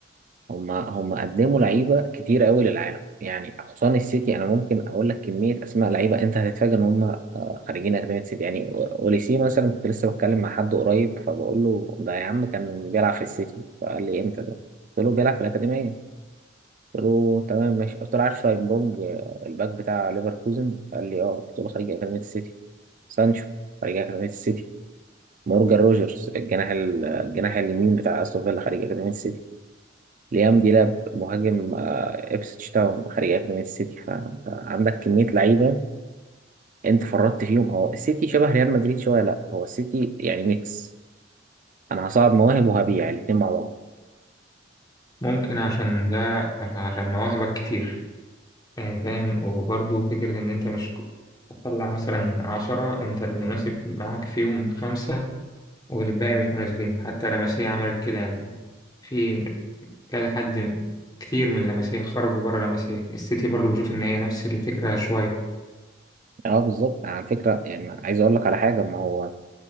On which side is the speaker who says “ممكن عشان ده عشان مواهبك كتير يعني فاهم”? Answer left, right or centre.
Left